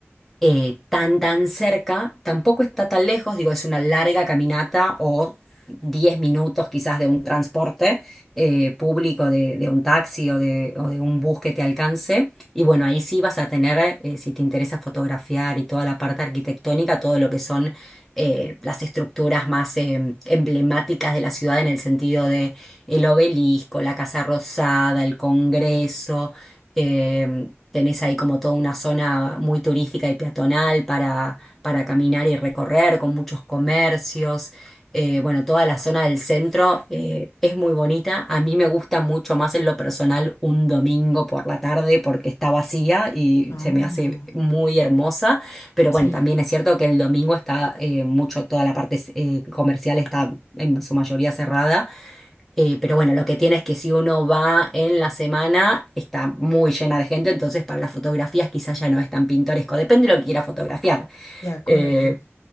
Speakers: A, in the centre; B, on the left (about 80°).
A: eh, tan, tan cerca, tampoco está tan lejos, digo, es una larga caminata o 10 minutos quizás de un transporte eh, público, de, de un taxi o de, o de un bus que te alcance. Y bueno, ahí sí vas a tener, eh, si te interesa fotografiar y toda la parte arquitectónica, todo lo que son eh, las estructuras más em, emblemáticas de la ciudad en el sentido de el obelisco, la Casa Rosada, el Congreso. em, Tenés ahí como toda una zona muy turística y peatonal para, para caminar y recorrer, con muchos comercios. Eh, bueno, toda la zona del centro eh, es muy bonita. A mí me gusta mucho más en lo personal un domingo por la tarde porque está vacía y
B: Ah,
A: se me hace muy hermosa. Pero
B: sí.
A: bueno, también es cierto que el domingo está eh, mucho, toda la parte eh, comercial está en su mayoría cerrada. Eh, pero bueno, lo que tiene es que si uno va en la semana, está muy llena de gente, entonces para las fotografías quizás ya no es tan pintoresco, depende de lo que quiera fotografiar.
B: De acuerdo.
A: Eh,